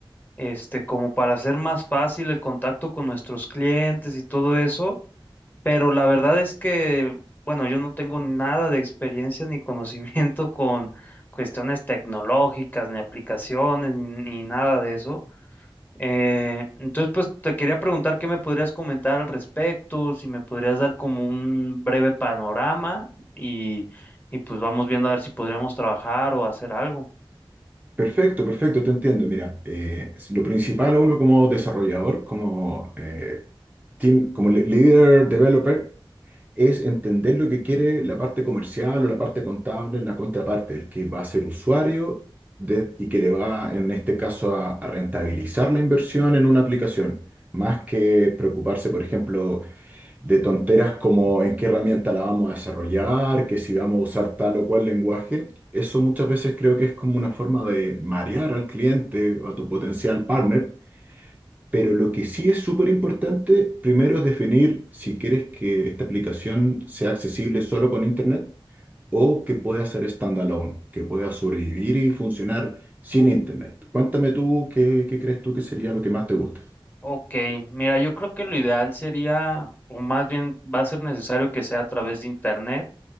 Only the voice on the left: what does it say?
este, como para hacer más fácil el contacto con nuestros clientes y todo eso. Pero la verdad es que, bueno, yo no tengo nada de experiencia ni conocimiento <laughs> con cuestiones tecnológicas, ni aplicaciones, ni nada de eso. Eh, entonces, pues te quería preguntar qué me podrías comentar al respecto, si me podrías dar como un breve panorama y, y pues vamos viendo a ver si podríamos trabajar o hacer algo.
Ok, mira, yo creo que lo ideal sería, o más bien va a ser necesario que sea a través de internet.